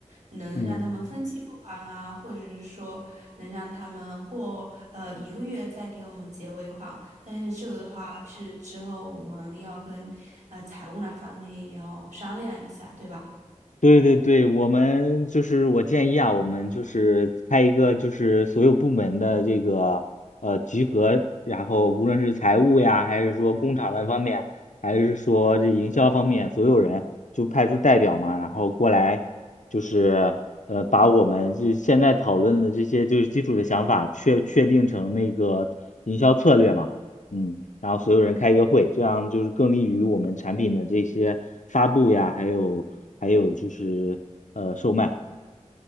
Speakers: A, on the right (about 80°); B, on the left (about 80°).
A: 能让他们分期付款啊，
B: 嗯。
A: 或者是说能让他们过呃一个月再给我们结尾款。但是这个的话是之后我们要跟呃财务那方面也要商量一下，对吧？
B: 对对对，我们就是我建议啊，我们就是开一个就是所有部门的这个呃集合，然后无论是财务呀，还是说工厂那方面，还是说这营销方面，所有人就派出代表嘛，然后过来就是呃把我们就现在讨论的这些就是基础的想法确确定成那个营销策略嘛。嗯，然后所有人开一个会，这样就是更利于我们产品的这些发布呀，还有还有就是呃售卖。